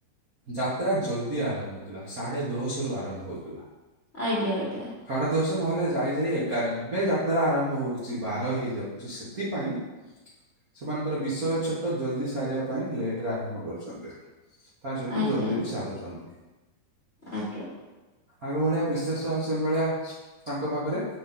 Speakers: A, on the right (about 70°); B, on the left (about 40°).
A: ଯାତ୍ରା ଜଲଦି ଆରମ୍ଭ ହଉଥିଲା ସାଢେ ଦଶଶହ ସରୁ ଆରମ୍ଭ ହେଉଥିଲା
B: ଆଜ୍ଞା ଆଜ୍ଞା
A: ସାଢେ ଦଶ ନହେଲେ ଯାଇ ଯାଇ ଏଗାର ଏବେ ଯାତ୍ରା ଆରମ୍ଭ ହଉଛି ବାର ହେଇଯାଉଛି ସେଥିପାଇଁ ସେମାନଙ୍କର ବିଷୟ ଛୋଟ ଜଲଦି ସାରିବା ପାଇଁ ଲେଟରେ ଆରମ୍ଭ କରୁଛନ୍ତି। ତା ସହିତ
B: ଆଜ୍ଞା
A: ଜଲ୍ଦି ବି ସାରୁଛନ୍ତି।
B: ଆଜ୍ଞା
A: ଆଗ ଭଳିଆ ବିଶୋଷ ଆଉ ସେ ଭଳିଆ ତାଙ୍କ ପାଖରେ